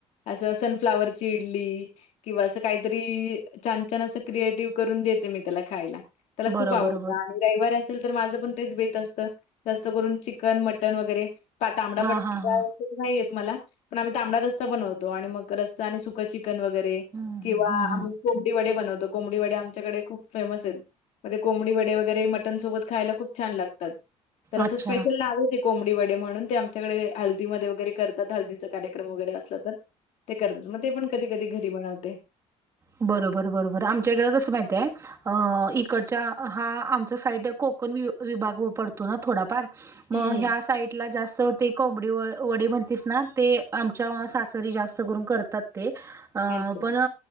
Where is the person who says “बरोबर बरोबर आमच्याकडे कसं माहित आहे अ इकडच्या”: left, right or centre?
Right